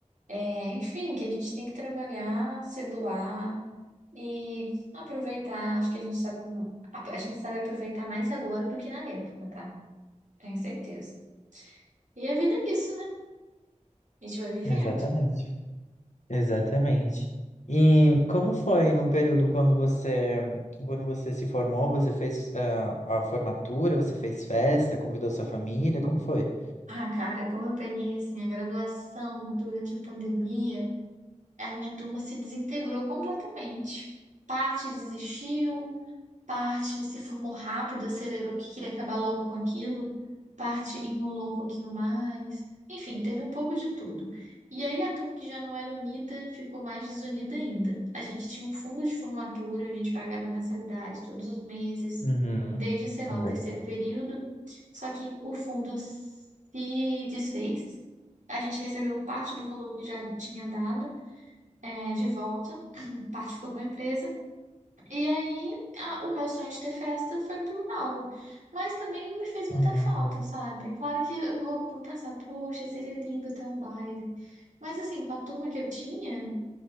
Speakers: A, on the right; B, on the left.
A: É, enfim, que a gente tem que trabalhar, se doar e aproveitar. Acho que a gente sabe, a a gente sabe aproveitar mais agora do que na época, tá? Tenho certeza. E a vida é isso, né? A gente vai vivendo.
B: Exatamente. Exatamente. E como foi no período quando você, quando você se formou, você fez ah, a formatura, você fez festa, convidou sua família, como foi?
A: Ah, cara, como eu peguei assim a graduação durante a pandemia, a minha turma se desintegrou completamente. Parte desistiu, parte se formou rápido, acelerou que queria acabar logo com aquilo, parte enrolou um pouquinho mais. Enfim, teve um pouco de tudo. E aí a turma que já não era unida ficou mais desunida ainda. A gente tinha um fundo de formatura, a gente pagava mensalidade todos os meses,
B: Uhum.
A: desde, sei lá,
B: Também.
A: o terceiro período. Só que o fundo se desfez. A gente recebeu parte do valor que já tinha dado é, de volta, <clears throat> parte ficou com a empresa. E aí a- o meu sonho de ter festa foi pro ralo. Mas também não me fez muita
B: Caramba.
A: falta, sabe? É Claro que eu vou, vou pensar, poxa, seria lindo ter um baile. Mas assim, com a turma que eu tinha,